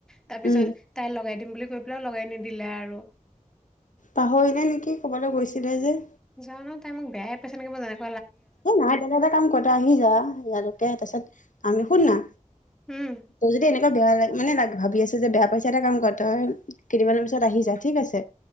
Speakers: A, in the centre; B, on the left.
A: তাৰ পিছত
B: উম
A: তাই লগাই দিম বুলি। গৈ পেলাই লগাই নিদিলে আৰু।
B: পাহৰিনে নেকি কৰ'ৰবালাত গৈছিলে যে।
A: জানো তাই মোক বেয়াই পাইছে নেকি মই জানো।
B: সেই নহয় তেনে এটা কাম কৰতে আহি যা ইয়ালৈকে তাৰ পিছত। আমি শুন না।
A: উম
B: তোৰ যদি এনেকুৱা বেয়া লাগে। মানে ভাবি আছো যে বেয়া পাইছো এটা কাম কৰ তই কেইদ মানৰ পিছত আহি যায় ঠিক আছে।